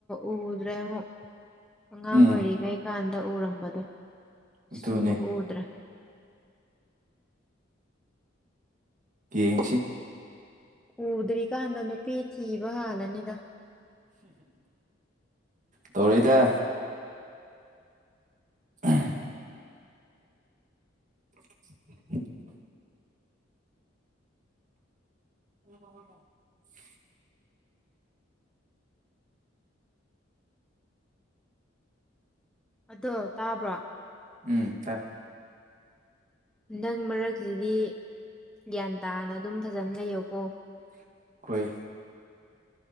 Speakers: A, in the centre; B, on the right.
A: ꯎꯗ꯭ꯔꯦ ꯑꯃꯨꯛ ꯑꯉꯥꯡ
B: ꯎꯝ
A: ꯑꯣꯏꯔꯤꯉꯩꯀꯥꯟꯗ ꯎꯔꯝꯕꯗꯣ
B: ꯑꯗꯨꯅꯦ
A: ꯁꯨꯡꯒ ꯎꯗ꯭ꯔ
B: ꯌꯦꯡꯁꯤ
A: ꯎꯗ꯭ꯔꯤꯀꯥꯟꯗ ꯅꯨꯄꯤ ꯊꯤꯕ ꯍꯥꯜꯂꯅꯤꯗ
B: ꯇꯔꯤꯗ <unintelligible> <unintelligible> ꯑꯣ
A: ꯑꯗꯣ ꯇꯥꯕ꯭ꯔꯣ
B: ꯎꯝ ꯇ
A: ꯍꯟꯗꯛ ꯃꯔꯛꯁꯤꯗꯤ ꯒ꯭ꯌꯥꯟ ꯇꯥꯅ ꯑꯗꯨꯝ ꯐꯖꯅ ꯂꯩꯌꯣꯀꯣ
B: ꯑꯩꯈꯣꯏ